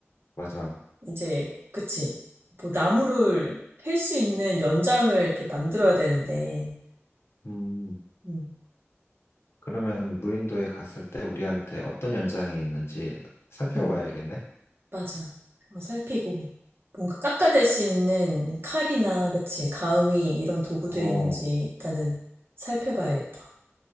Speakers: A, on the left; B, on the right.
A: 맞아.
B: 이제, 그치. 뭐, 나무를 캘 수 있는 연장을 이렇게 만들어야 되는데,
A: 음,
B: 음,
A: 그러면 무인도에 갔을 때 우리한테 어떤 연장이 있는지 살펴봐야겠네.
B: 음. 맞아. 한번 살피고 뭔가 깎아낼 수 있는 칼이나 그치 가위 이런 도구들이
A: 어,
B: 있는지 일단은 살펴봐야겠다.